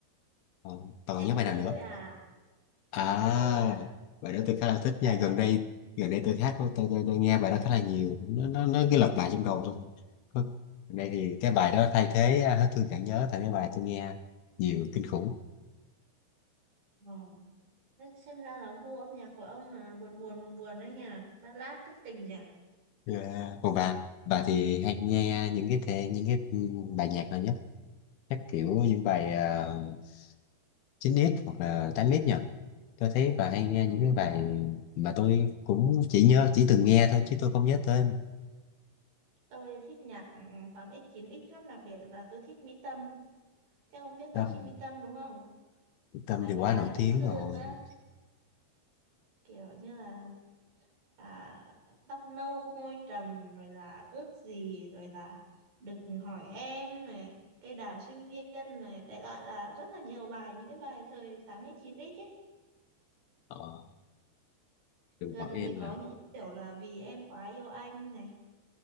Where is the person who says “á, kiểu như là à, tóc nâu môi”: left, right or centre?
Right